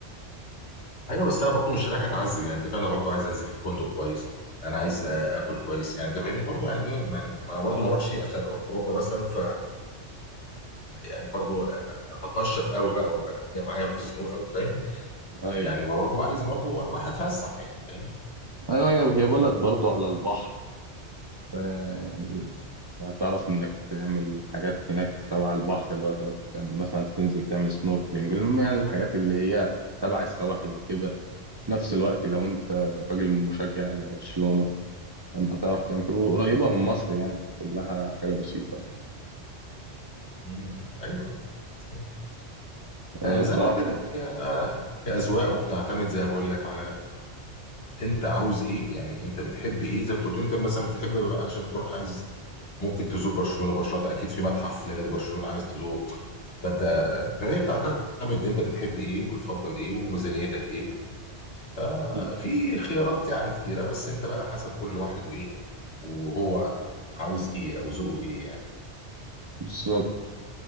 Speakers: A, on the left (about 70°); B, on the right (about 35°).
A: أيوه بس أنا برضو مش رايح أتعذب يعني أنت فاهم أنا برضو عايز أنزل في فندق كويس أنا عايز آه، آكل كويس يعني أنت فاهمني برضو يعني إيه يعني ما أنا برضو ما أروحش عشان أروح أوروبا مثلا ف يعني برضو اتقشف قوي بقى وابقى الدنيا معايا مخزنوق قوي فاهم
B: ايوه
A: يعني برضو عايز برضو انا رايح اتفسح يعني فاهم
B: ايوه هي هي بلد
A: مم.
B: برضه على البحر ف يعني وهتعرف انك تعمل حاجات هناك تبع البحر اللي هو تقعد تعمل- مثلا تنزل تعمل سنوركلينج المهم يعني الحاجات اللي هي تبع السواحل وكده في نفس الوقت لو انت راجل مشجع لبرشلونة انت هتعرف تعمل كله قريبة من مصر يعني كلها حاجة بسيطة يعني
A: مم. ايوه مم.
B: أه
A: آه،
B: بصراحة
A: زي ما قلت لك هي بقى- هي اذواق وبتعتمد زي ما بقول لك على انت عاوز ايه يعني انت بتحب ايه زي ما انت بتقول انت مثلا بتحب عشان تروح عايز ممكن تزور برشلونه برشلونه ده اكيد في متحف لنادي برشلونه عايز تزوره فانت فهي بتعتمد انت بتحب ايه وبتفضل ايه وميزانيتك ايه ففي
B: بز-
A: خيارات يعني كتيرة بس انت بقى حسب كل واحد وايه وهو عاوز ايه او ذوقه ايه يعني
B: بالظبط